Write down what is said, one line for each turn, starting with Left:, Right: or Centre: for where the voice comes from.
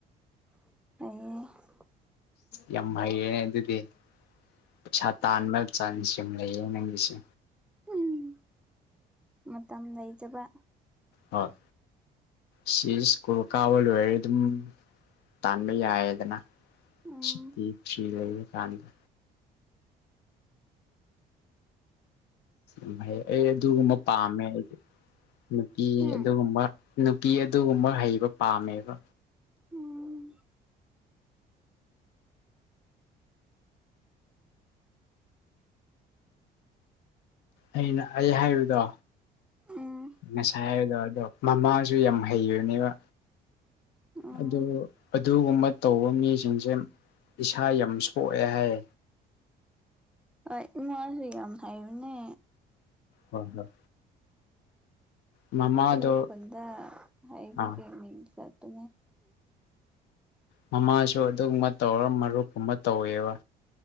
Centre: ꯑꯩ
Left: ꯌꯥꯝ ꯍꯩꯅꯦ ꯑꯗꯨꯗꯤ ꯄꯩꯁꯥ ꯇꯥꯟꯕ ꯆꯥꯡꯁ ꯌꯥꯝꯨꯝ ꯂꯩꯌꯦ ꯅꯪꯒꯤꯁꯦ
Centre: ꯎꯝ ꯃꯇꯝ ꯂꯩꯖꯕ
Left: ꯍꯣꯏ ꯁꯤꯁ ꯀꯨꯜ ꯀꯥꯕꯜ ꯑꯣꯏꯗꯝ ꯇꯥꯟꯃꯑꯗꯅ
Centre: ꯎꯝ
Left: ꯁꯤ ꯂꯩ ꯀꯥꯟꯗ ꯎ ꯑꯩ ꯑꯗꯨꯒꯨꯝꯕ ꯄꯥꯝꯃꯦ ꯑꯩꯗꯤ ꯅꯨꯄꯤ
Centre: ꯎꯝ
Left: ꯑꯗꯨꯒꯨꯝꯕ ꯅꯨꯄꯤ ꯑꯗꯨꯒꯨꯝꯕ ꯍꯩꯕ ꯄꯥꯝꯃꯦꯕ
Centre: ꯎꯝ
Left: ꯑꯩꯅ ꯑꯩ ꯍꯥꯏꯕꯗꯣ
Centre: ꯎꯝ
Left: ꯉꯁꯥꯏ ꯍꯥꯏꯕꯗꯣ ꯑꯗꯣ ꯃꯃꯥꯁꯨ ꯌꯥꯝ ꯍꯩꯕꯅꯦꯕ
Centre: ꯎꯝ
Left: ꯑꯗꯨ ꯑꯗꯨꯒꯨꯝꯕ ꯇꯧꯕ ꯃꯤꯁꯤꯡꯁꯦ ꯏꯁꯥ ꯌꯥꯝ ꯁꯣꯛꯑꯦ ꯍꯥꯏ
Centre: ꯑ ꯏꯃꯁꯨ ꯌꯥꯝ ꯍꯩꯕꯥꯅꯦ
Left: ꯍꯣꯏ ꯍꯣꯏ ꯃꯃꯥꯗꯣ
Centre: ꯇ ꯐꯟꯗ ꯍꯥꯏꯕꯒ
Left: ꯑꯥ
Centre: ꯆꯇ
Left: ꯃꯃꯥꯁꯨ ꯑꯗꯨꯒꯨꯝꯕ ꯇꯧꯔ ꯃꯔꯨꯞꯀꯨꯝꯕ ꯇꯧꯋꯦꯕ